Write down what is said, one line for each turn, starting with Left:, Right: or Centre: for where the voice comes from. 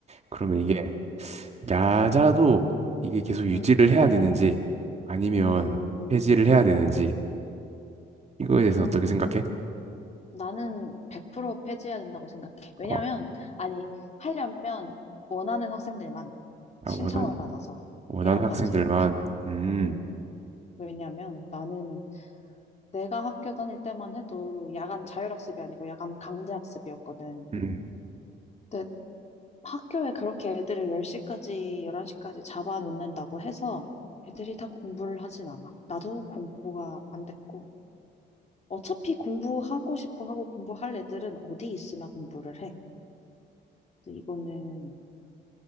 Right: 그러면 이게
Left: 음,
Right: 야자도 이게 계속 유지를
Left: 음,
Right: 해야 되는지 아니면
Left: 음.
Right: 폐지를 해야 되는지 이거에 대해서
Left: 음,
Right: 어떻게 생각해?
Left: 나는 100% 폐지해야 된다고 생각해. 왜냐면,
Right: 어,
Left: 아니, 하려면 원하는 학생들만
Right: 아,
Left: 신청을
Right: 원하는
Left: 받아서
Right: 원하는
Left: 해야 한다고
Right: 학생들만
Left: 생각해.
Right: 음,
Left: 음, 왜냐면 나는 내가 학교 다닐 때만 해도 야간 자율학습이 아니고 야간 강제학습이었거든.
Right: 음.
Left: 근데 학교에 그렇게 애들을 10시까지, 11시까지 잡아놓는다고 해서 애들이 다 공부를 하진 않아. 나도 공부가 안 됐고. 어차피 공부하고 싶어 하고 공부할 애들은 어디 있으나 공부를 해. 그래서 이거는